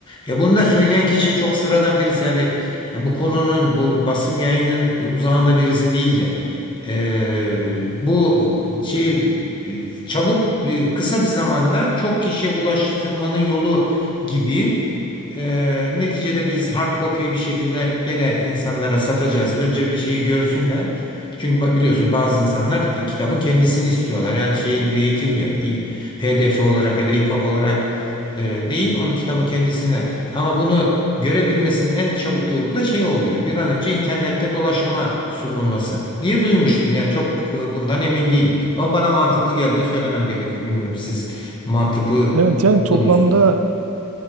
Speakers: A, on the left; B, on the right.
A: Ya bunu da söyleyen kişi çok sıradan birisi. Yani ya bu konunun, bu basım yayının uzağında birisi değildi. Ee, bu şey bir- çabuk bir- kısa bir zamanda çok kişiye ulaştırmanın yolu gibi e, neticede biz hard copy'yi bir şekilde gene insanlara satacağız. Önce bir şeyi görsünler. Çünkü ba- biliyorsunuz bazı insanlar ki kitabın kendisini istiyorlar. Yani şeyle de yetinmiyor. İ- PDF olarak ya da EPUB olarak e, değil, onu kitabın kendisine. Ama bunu görebilmesinin en çabuk yolu da şey oluyor. Bir an önce internette dolaşıma sunulması diye duymuştum. Yani çok e, bundan emin değilim. Ama bana mantıklı geldiğini söylemem gerekiyor. Bilmiyorum siz mantıklı
B: Evet yani
A: bulur
B: toplamda
A: musunuz?